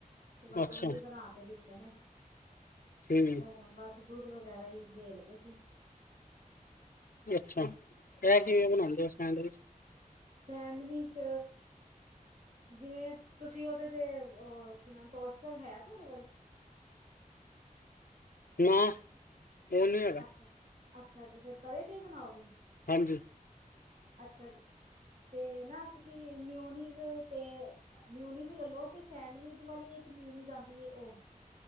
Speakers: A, on the right; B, on the left.
A: ਤੇ ਬਸ
B: ਅੱਛਾ
A: ਓਹੀ ਬਣਾ ਕੇ ਦਿੱਤੇ ਨੇ
B: ਹੂੰ
A: ਤੇ ਹੁਣ ਬਸ ਦੁੱਧ ਵਗੈਰਾ ਹੀ ਦੇਣ ਲੱਗੇ ਸੀ।
B: ਅੱਛਾ ਐ
A: ਹਾਂਜੀ
B: ਕਿਵੇਂ ਬਣਾਂਦੇ ਓ ਸੈਂਡਵਿੱਚ
A: ਸੈਂਡਵਿਚ ਜਿਵੇਂ ਤੁਸੀਂ ਉਹਦੇ ਤੇ ਉਹ ਕੀ ਨਾ ਟੋਸਟਰ ਹੈ ਤੁਹਾਡੇ ਕੋਲ
B: ਨਾ ਉਹ ਨੀ ਹੈਗਾ
A: ਅੱਛਾ, ਅੱਛਾ ਜੀ ਫੇਰ ਤਵੇ ਤੇ ਹੀ ਬਣਾਓਗੇ।
B: ਹਾਂਜੀ।
A: ਅੱਛਾ ਜੀ, ਤੇ ਨਾ ਤੁਸੀਂ ਮਿਊਨੀਜ਼ ਤੇ ਮਿਊਨੀਜ਼ ਲੈਲੋ ਤੇ ਸੈਂਡਵਿਚ ਵਾਲੀ ਇੱਕ ਮਿਊਨੀਜ਼ ਆਂਦੀ ਐ ਓ